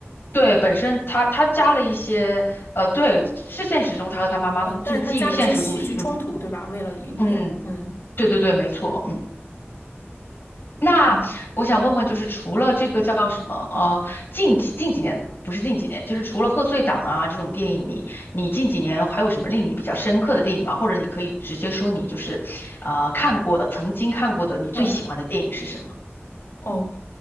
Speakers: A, on the left; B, on the left.
A: 对，本身他他加了一些呃，对，是现实中他和他妈妈就是基于现实故事。
B: 嗯，但是他加了一些戏剧冲突，
A: 嗯
B: 对吧？为了影片，
A: 嗯，
B: 嗯
A: 对对对，没错，嗯。那我想问问，
B: 嗯
A: 就是除了这个叫什么，呃，近几近几年不是近几年，就是除了贺岁档啊这种电影，你你近几年还有什么令你比较深刻的电影吗？或者你可以直接说你就是，呃，看过的，曾经看过的，你最喜欢的电影是什么？
B: 嗯，哦，